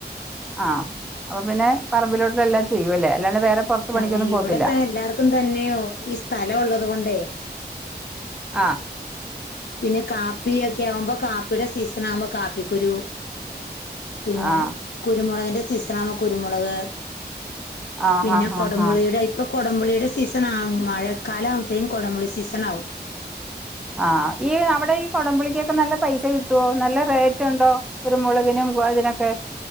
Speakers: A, in the centre; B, on the left (about 85°).
A: ആഹ് അപ്പൊ പിന്നെ <unintelligible> പണിക്കൊന്നും
B: ആ
A: പോവത്തില്ല
B: ഇവിടത്താ എല്ലാർക്കും തന്നെയോ ഈ സ്ഥലം ഒള്ളത് കൊണ്ടേ
A: ആ
B: പിന്നെ കാപ്പിയൊക്കെ ആവുമ്പോ കാപ്പിടെ സീസൺ ആവുമ്പോ കാപ്പിക്കുരു പിന്നെ
A: ആഹ്
B: കുരുമുളകിൻ ന്റെ സീസണാകുമ്പോ കുരുമുളക്
A: ആഹ്
B: പിന്നെ
A: ഹാ ഹാ
B: കൊടമ്പുളിടെ
A: ഹാ
B: ഇപ്പൊ കുടംപുളീടെ സീസൺ ആവും മഴക്കാല ആവ്തേം കുടംപുളി സീസണാവും
A: ആ ഈ നമ്മുടെ ഈ കൊടംപുളിക്കൊക്കെ നല്ല പൈസ കിട്ടുവോ നല്ലറേറ്റ് റ്റൊണ്ടോ ഒരു മുളകിനുംതിനൊക്കെ